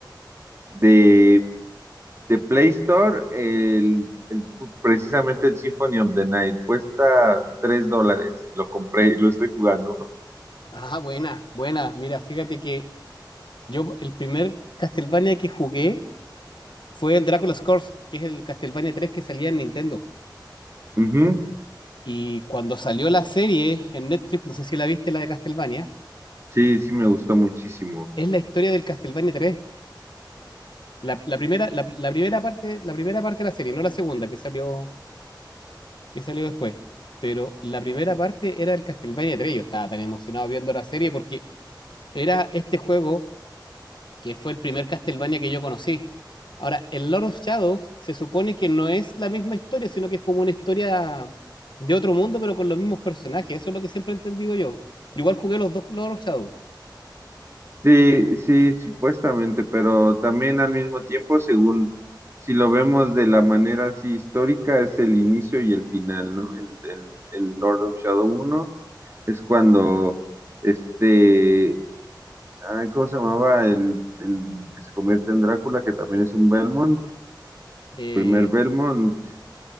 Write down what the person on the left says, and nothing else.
Ah, buena, buena. Mira, fíjate que yo el primer Castlevania que jugué fue el Draculas Curse, que es el Castlevania 3 que salía en Nintendo.
Y cuando salió la serie en Netflix, no sé si la viste, la de Castlevania,
es la historia del Castlevania 3. La, la primera, la, la primera parte, la primera parte de la serie, no la segunda que salió, que salió después. Pero la primera parte era el Castlevania 3. Yo estaba tan emocionado viendo la serie porque era este juego que fue el primer Castlevania que yo conocí. Ahora, el Lord of Shadows se supone que no es la misma historia, sino que es como una historia de otro mundo, pero con los mismos personajes. Eso es lo que siempre he entendido yo. Yo Igual jugué los dos Lord of Shadows.
Eh,